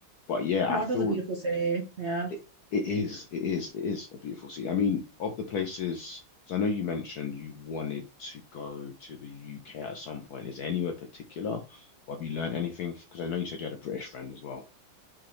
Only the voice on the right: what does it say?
Toronto's
a beautiful city. Yeah.